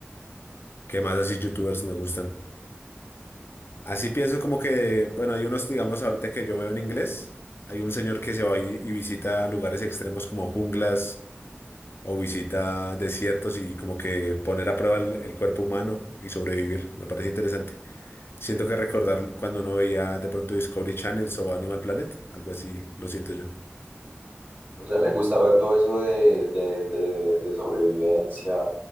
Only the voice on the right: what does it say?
O sea, le gusta ver todo eso de, de, de, de sobrevivencia,